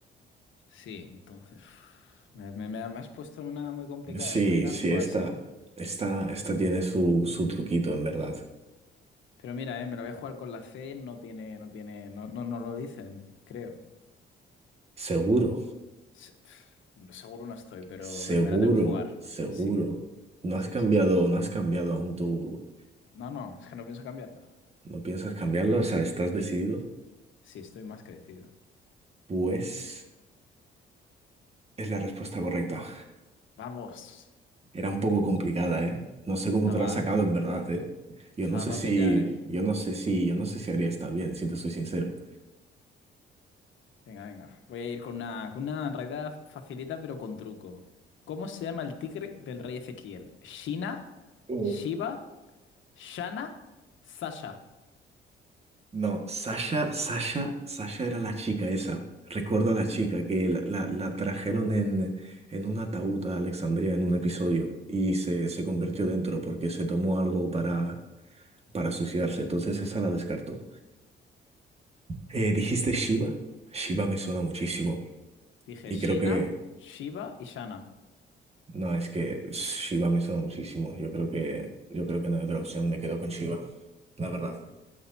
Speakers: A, on the left; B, on the right.
A: Sí, entonces. <sighs> Me, me- me- me has puesto en una muy complicada.
B: Sí,
A: Estoy en ascuas,
B: sí, esta,
A: ¿eh?
B: esta, esta tiene su, su truquito, en verdad.
A: Pero mira, eh, me la voy a jugar con la C, no tiene, no tiene, no, no, no lo dicen, creo.
B: Seguro,
A: Se- pf, Seguro no estoy, pero
B: seguro,
A: me, me la tengo que jugar.
B: seguro.
A: Sí,
B: No
A: sí,
B: has cambiado,
A: sí, sí.
B: no has cambiado aún tú.
A: No, no, es que no pienso cambiarla.
B: ¿No piensas cambiarlo? O sea, ¿estás decidido?
A: Sí, estoy más que decidido.
B: Pues es la respuesta correcta.
A: Vamos.
B: Era un poco complicada, ¿eh? No sé cómo
A: Estaba,
B: te la has sacado en verdad, ¿eh? Yo
A: estaba
B: no sé
A: para
B: si,
A: pillar, ¿eh?
B: yo no sé si, yo no sé si haría estar bien, si te soy sincero.
A: Venga, venga. Voy a ir con una, con una en realidad facilita, pero con truco. ¿Cómo se llama el tigre del rey Ezequiel? ¿Shina?
B: Uf,
A: ¿Shiva? ¿Shana? ¿Sasha?
B: No, Sasha, Sasha, Sasha era la chica esa. Recuerdo a la chica que la, la- la trajeron en, en un ataúd a Alexandria en un episodio y se, se convirtió dentro porque se tomó algo para, para suicidarse. Entonces esa la descartó. Eh, ¿dijiste Shiva? Shiva me suena muchísimo.
A: Dije
B: Y
A: Shina,
B: creo que,
A: Shiva y Shana.
B: no, es que Shiva me suena muchísimo. Yo creo que, yo creo que no hay otra opción. Me quedo con Shiva, la verdad.